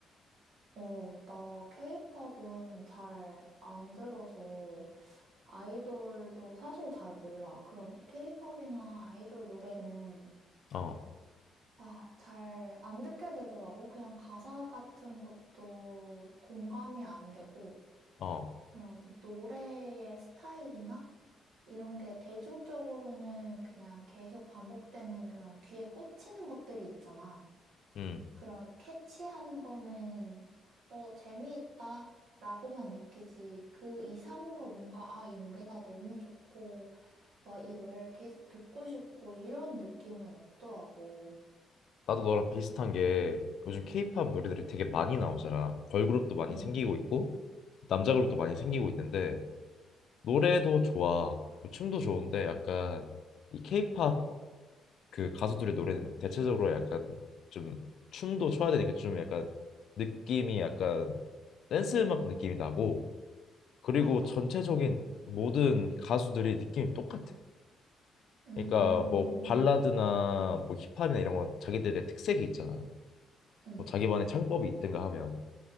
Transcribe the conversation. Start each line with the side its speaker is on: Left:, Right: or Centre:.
Right: 어, 나 케이팝은 잘 안 들어서 아이돌도 사실 잘 몰라. 그런 케이팝이나 아이돌 노래는
Left: 어,
Right: 아, 잘 안 듣게 되더라고. 그냥 가사 같은 것도 공감이 안 되고.
Left: 어,
Right: 그런 노래의 스타일이나 이런 게 대중적으로는 그냥 계속 반복되는 그런 귀에 꽂히는 것들이 있잖아.
Left: 음.
Right: 그런 캐치한 거는 어, 재미있다. 라고만 느끼지. 그 이상으로 뭔가, 아, 이 노래가 너무 좋고, 막 이 노래를 계속 듣고 싶고, 이런 느낌은 없더라고.
Left: 나도 너랑 비슷한 게 요즘 케이팝 노래들이 되게 많이 나오잖아. 걸그룹도 많이
Right: 응,
Left: 생기고 있고 남자 그룹도 많이 생기고 있는데 노래도 좋아. 뭐 춤도 좋은데 약간 이 케이팝 그 가수들의 노래는 대체적으로 약간 좀 춤도 춰야 되니까 좀 약간 느낌이 약간 댄스 음악 느낌이 나고 그리고
Right: 맞아.
Left: 전체적인 모든 가수들이 느낌이 똑같아.
Right: 음,
Left: 그러니까 뭐 발라드나 뭐 힙합이나 이런 건 자기들의 특색이 있잖아.
Right: 응,
Left: 뭐 자기만의 창법이 있든가 하면.